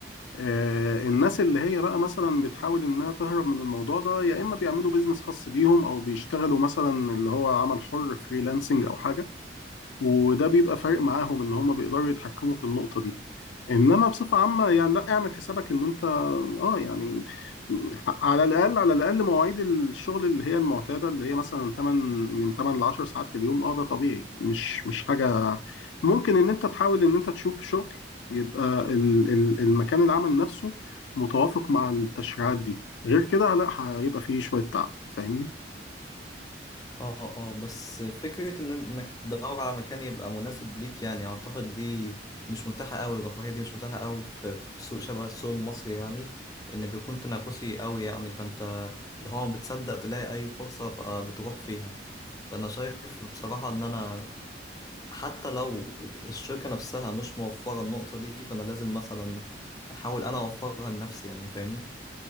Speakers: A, on the left; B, on the left.
A: آه الناس اللي هي بقى مثلا بتحاول انها تهرب من الموضوع ده يا اما بيعملوا بيزنس خاص بيهم او بيشتغلوا مثلا اللي هو عمل حر فريلانسنج او حاجة وده بيبقى فارق معاهم ان هم بيقدروا يتحكموا في النقطة دي انما بصفه عامه يعني لا اعمل حسابك ان انت اه يعني على الاقل على الاقل مواعيد الشغل اللي هي المعتاده اللي هي مثلا 8 من 8 ل 10 ساعات في اليوم اه ده طبيعي مش مش حاجه ممكن ان انت تحاول ان انت تشوف شغل يبقى ال- ال- المكان العمل نفسه متوافق مع التشريعات دي غير كده لا هيبقى فيه شويه تعب فاهمني
B: اه اه بس فكرة إن إنك تدور على مكان يبقى مناسب ليك يعني أعتقد دي مش متاحة أوي الرفاهية دي مش متاحة أوي في, في سوق شبه السوق المصري يعني إن بيكون تنافسي أوي يعني فأنت اللي هو ما بتصدق تلاقي أي فرصة فبتروح فيها فأنا شايف بصراحة إن أنا حتى لو الشركة نفسها مش موفرة النقطة دي فأنا لازم مثلا أحاول أنا أوفرها لنفسي يعني فاهمني؟